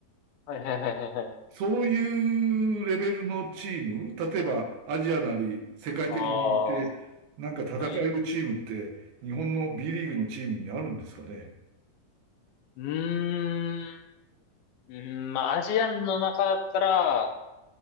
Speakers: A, on the left; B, on the right.
A: はい。はい。はい。はい。はい
B: そういうレベルのチーム、例えばアジアなり世界的にいて、
A: ああ、
B: なんか戦えるチームって、
A: はい。
B: 日本の B リーグのチームにあるんですかね。
A: うーん。うーん、まあ、アジアンの中だったら、